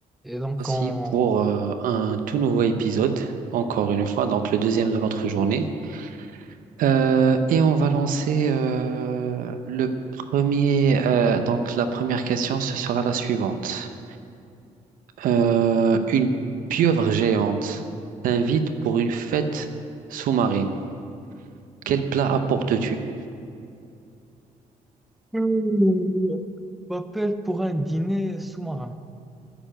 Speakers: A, in the centre; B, on the right.
A: Et donc,
B: aussi
A: on
B: pour euh, un tout nouveau épisode, encore une fois, donc le deuxième de notre journée. Euh, et on va lancer euh, le premier. euh, donc la première question, ce sera la suivante. Euh, une pieuvre géante t'invite pour une fête sous-marine. Quel plat apportes-tu?
A: Euh, m'appelle pour un dîner sous-marin.